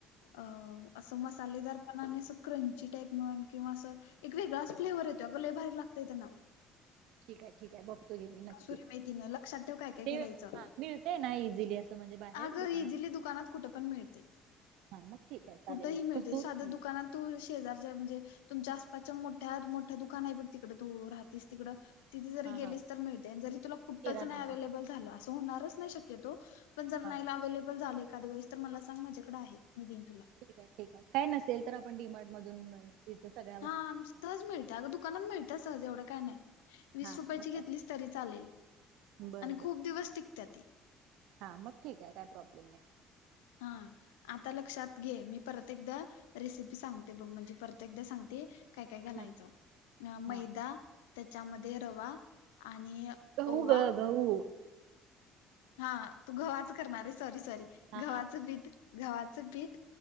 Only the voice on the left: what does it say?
अं असं मसालेदारपणाने असं क्रंची टाईप म्हणून किंवा असं एक वेगळाच फ्लेवर येतो अग लय भारी लागतय त्यानं.
कसुरी
मेथीनं लक्षात ठेव काय काय
घालायचं.
अगं
इझिली दुकानात कुठ पण मिळते,
कुठे ही
मिळते
साध्या
दुकानात. तू शेजारच्या म्हणजे तुमच्या आसपासच्या मोठ्या मोठ्या दुकान आहे बघ तिकड तू राहतेस तिकड. तिथे जरी
गेलीच
तर मिळते जरी तुला कुठंच
नाही अव्हेलेबल
झालं असं होणारच नाही शक्यतो. पण जर
नाहीला अवेलेबल झाले एखाद्यावेळेस तर मला सांग माझ्याकडे आहे मी देईन तुला.
हा सहज मिळत अगं दुकानात मिळत सहज एवढं काय नाही वीस
रुपयाची
घेतलीस तरी चालेल
आणि खूप
दिवस टिकत ती.
हा आता लक्षात घे मी परत एकदा रेसिपी सांगते बघ म्हणजे परत एकदा सांगते काय काय घालायचं
मैदा त्याच्यामध्ये रवा आणि
ओवा
हा तू गव्हाच करणार आहे सॉरी सॉरी
गव्हाचं पीठ गव्हाचं पीठ